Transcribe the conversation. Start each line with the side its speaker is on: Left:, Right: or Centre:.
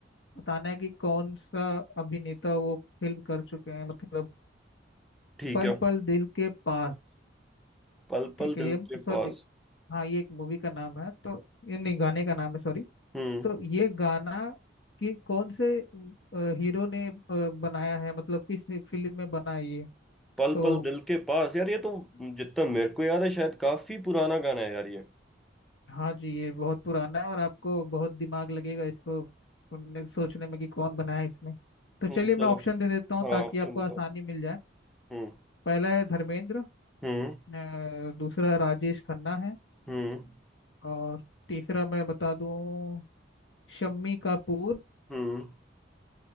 Left: बताना है कि कौन सा अभिनेता वो फिल्म कर चुके हैं मतलब
Centre: ठीक
Left: पल
Centre: है
Left: पल दिल के पास
Centre: पल
Left: ठीक
Centre: पल
Left: है
Centre: दिल
Left: ये सॉरी
Centre: के पास
Left: हाँ ये एक मूवी का नाम है तो ये नहीं गाने का नाम है सॉरी
Centre: हम्म
Left: तो ये गाना कि कौन से हीरो ने अ, बनाया है मतलब किस फिल्म में बना है ये
Centre: पल
Left: तो
Centre: पल दिल के पास यार ये तो जितना मेरे को याद है शायद काफी पुराना गाना है यार ये
Left: हाँ जी ये बहुत पुराना है और आपको बहुत दिमाग लगेगा इसको उनने सोचने में कि कौन बनाया है इसमें तो
Centre: हम्म
Left: चलिए मैं
Centre: चलो
Left: ऑप्शन दे देता हूँ
Centre: हाँ
Left: ताकि
Centre: ऑप्शन
Left: आपको आसानी
Centre: बताओ
Left: मिल जाए
Centre: हम्म
Left: पहला है धर्मेंद्र
Centre: हम्म
Left: अ, दूसरा राजेश खन्ना है
Centre: हम्म
Left: और तीसरा मैं बता दूँ शम्मी कपूर
Centre: हम्म